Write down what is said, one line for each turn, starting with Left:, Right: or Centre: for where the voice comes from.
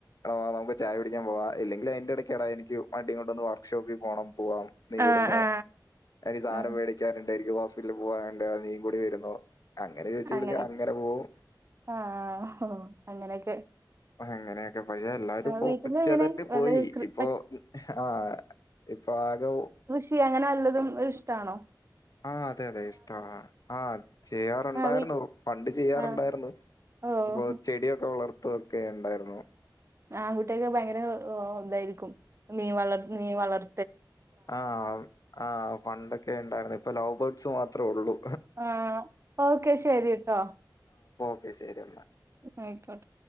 Left: വാ നമുക്ക് ചായ കു ടിക്കാൻ പോവാ ഇല്ലെങ്കിൽ അതിന്റെ ഇടയ്ക്ക് എടാ എനിക്ക് വ ണ്ടി കൊണ്ടെ നിക്ക് വർക്ക്ഷോപ്പക്ക് പോണം പോവാം നീ
Right: ആ
Left: വരുന്നോ
Right: ആ
Left: സാനം
Right: ആ
Left: വേടിക്കാന്ണ്ട് എനിക്ക് ഹോസ്പിറ്റല് പോവാന്ണ്ട് നീയും കൂടി വരുന്നോ? അങ്ങനെ ചോദിച്ചു വിളിച്ചു
Right: അങ്ങനെ
Left: പോവും
Right: ആ ഒ അങ്ങനൊക്കെ
Left: അങ്ങനെയൊക്കെ പക്ഷെ എല്ലാരും പ്പോ
Right: വീട്ടില്
Left: ഉച്ചതട്ടി
Right: എങ്ങനെ വല്ല
Left: പോയി
Right: കൃ
Left: ഇപ്പൊ
Right: പ
Left: ആഹ് ഇപ്പൊ ആകെ
Right: ചി അങ്ങനെ വല്ലതും ഒരിഷ്ടാണോ
Left: ആ അതെ അതെ ഇഷ്ട്ടാണ് ആഹ് ചെയാർ ണ്ടായിര്ന്നു
Right: ആഹ് വീ
Left: പണ്ട് ചെയ്യാറ്ണ്ടായിരുന്നു
Right: ആഹ് ഓഹ്
Left: വോ ചെടിയൊക്കെ വളർ <unintelligible> ക്കെണ്ടായിരുന്നു
Right: ആൺകുട്ട്യാക്ക് ഭയങ്കര ഒ തായിരിക്കും മീ വളർ മീ വളർ
Left: ആഹ് ആഹ് പണ്ട് ക്കെണ്ടായിര്ന്നു ഇപ്പ ലവ് ബേഡ്സ് മാത്ര ഒള്ളൂ
Right: ആഹ് ഓക്കെ ശരി ട്ടോ
Left: ഓകെ ശര്യന്നാ
Right: അയ്ക്കോട്ടെ